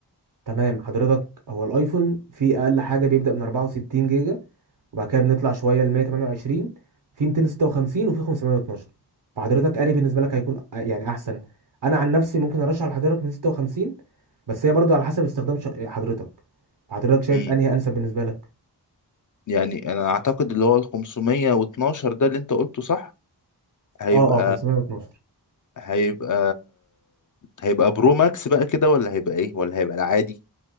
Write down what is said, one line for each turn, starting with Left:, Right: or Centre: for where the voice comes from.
Right: تمام حضرتك هو الايفون فيه اقل حاجه بيبدا من 64 جيجا وبعد كده بنطلع شويه ل 128 في 256 وفي 512 فحضرتك انا بالنسبه لك هيكون أ- يعني احسن انا عن نفسي ممكن ارشح لحضرتك من 56 بس هي برضو على حسب استخدام ش- حضرتك حضرتك شايف
Left: امم
Right: انهي انسب بالنسبه لك
Left: يعني انا اعتقد اللي هو ال 512 ده اللي انت قلته صح هيبقى
Right: اه اه 512
Left: هيبقى هيبقى برو ماكس بقى كده ولا هيبقى ايه ولا هيبقى العادي